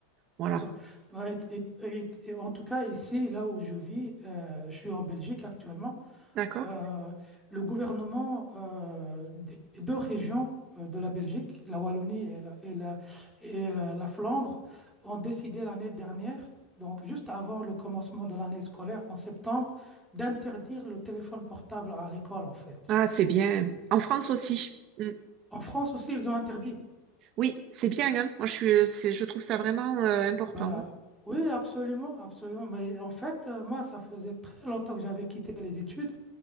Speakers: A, on the right; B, in the centre.
A: Voilà.
B: d'accord. Bah, et- et- et- et en tout cas, ici, là où je vis, euh, je suis en Belgique actuellement.
A: D'accord?
B: euh, le gouvernement euh, des deux régions euh, de la Belgique, la Wallonie et la, et la, et, euh, la Flandre, ont décidé l'année dernière, donc juste avant le commencement de l'année scolaire en septembre, d'interdire le téléphone portable à l'école en fait.
A: Ah, c'est bien. En France aussi. Mm.
B: En France aussi, ils ont interdit.
A: Oui, oui, c'est bien, hein. Moi, je suis, c'est, je trouve ça vraiment euh, important.
B: Bah,
A: hein.
B: oui, absolument, absolument. Mais en fait, euh, moi, ça faisait très longtemps que j'avais quitté les études.